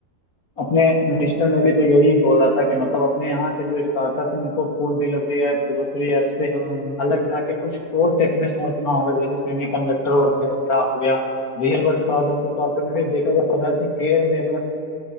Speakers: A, on the left (about 65°); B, on the right (about 70°).
A: अपने मिनिस्टर ने भी तो यही बोला था कि मतलब अपने यहाँ के जो स्टार्टअप हैं उनको food delivery app grocery app से
B: हाँ
A: अलग जाके कुछ और टेक में सोचना होगा जैसे सेमीकंडक्टर
B: हाँ हाँ,
A: वगैरह हो गया रियल वर्ल्ड प्रॉब्लम को सॉल्व करने के लिए देखा जाए तो हेल्थ केयर में भी